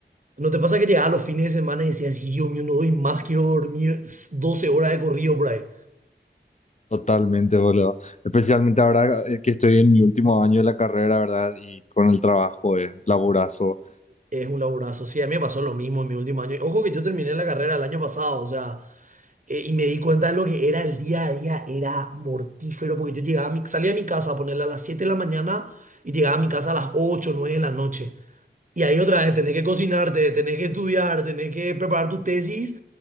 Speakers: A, on the right (about 45°); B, on the left (about 40°).
A: ¿No te pasa que llegaba los fines de semana y decías, "Sí, Dios mío, no doy más, quiero dormir 12 horas de corrido por ahí?
B: totalmente, boludo. Especialmente ahora eh, que estoy en mi último año de la carrera, ¿verdad? Y con el trabajo es laburazo.
A: Es un laburazo. Sí, a mí me pasó lo mismo en mi último año. Ojo que yo terminé la carrera el año pasado, o sea, eh, y me di cuenta de lo que era el día a día, era mortífero, porque yo llegaba a mi- salía de mi casa a ponerla a las 7 de la mañana y llegaba a mi casa a las ocho nueve de la noche. Y ahí otra vez tenés que cocinarte, tenés que estudiar, tenés que preparar tu tesis.